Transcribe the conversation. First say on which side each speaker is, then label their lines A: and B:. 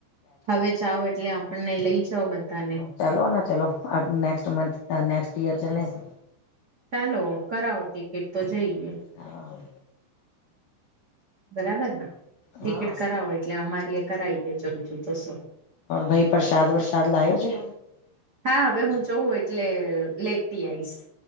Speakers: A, on the right; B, on the left.
A: હવે જાઓ એટલે આપણને લઈ જાઓ બધાને.
B: ચાલો ના ચાલલો નેક્સ્ટ મંથ નેક્સ્ટ યર ચલલે છે.
A: ચાલો કરાવો ટિકિટ તો જઈએ.
B: હા
A: બરાબર ને ટિકિટ
B: હા
A: કરાવો એટલે અમારી એ કરાવી દેજો બીજું તો શું
B: ભાઈ પ્રસાદ વરસાદ લાયો જે.?
A: હા હવે હું જઉં એટલે લેતી આવીઈશ.